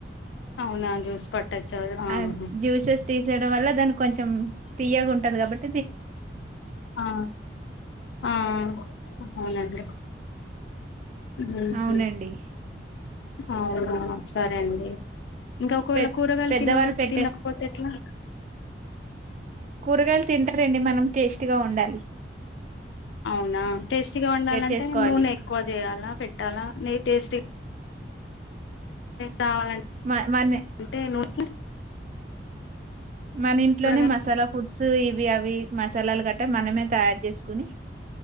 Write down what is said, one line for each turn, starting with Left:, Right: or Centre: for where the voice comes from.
Left: అవునా జ్యూస్ పట్టచ్చా ఆహా.
Right: అద్ జ్యూసెస్ తీసేయ్యడం వల్ల దానికి కొంచెం తీయ్యగా ఉంటది కాబట్
Left: ఆ ఆ అవునండీ ఊహు
Right: అవునండి
Left: అవునా సరే అండి ఇంగా ఒకవేళ
Right: పె
Left: కూరగాయలు
Right: పెద్దవాళ్ళు
Left: తినవొ
Right: పెట్టే
Left: తినకపోతే ఎట్లా
Right: కూరగాయలు తింటారండి మనం టేస్టీగా వండాలి
Left: అవునా టేస్టీగా ఉండాలంటే
Right: చేసుకోవాలి
Left: నూనె ఎక్కువ జేయాలా పెట్టాలా నెయ్యి టేస్టీగా కావాలంటే
Right: మ మన
Left: అంటే నూనె <inaudible>
Right: మనింట్లోనే
Left: కూరగాయ
Right: మసాలా ఫుడ్సు ఇ ఇవి అవి మసాలాలు గట్టా మనమే తయారు చేసుకుని